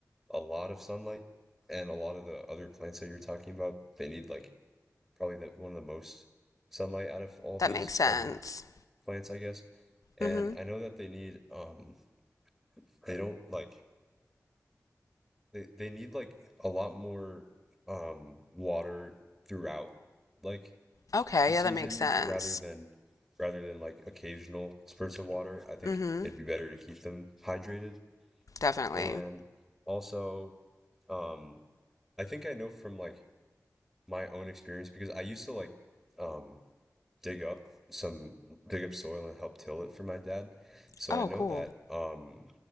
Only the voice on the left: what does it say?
That
makes sense.
Mm-hmm.
Okay.
Yeah,
that makes sense.
Mm-hmm.
Definitely.
Oh,
cool.